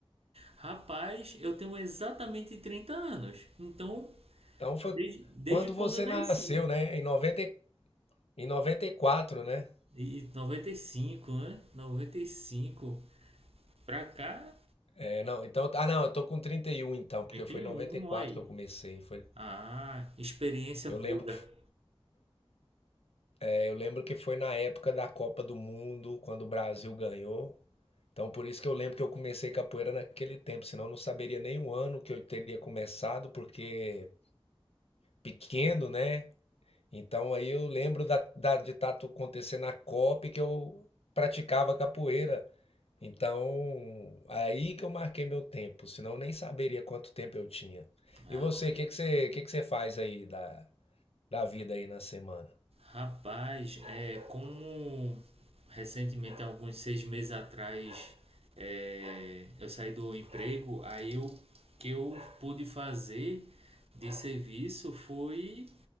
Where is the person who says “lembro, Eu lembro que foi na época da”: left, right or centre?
Left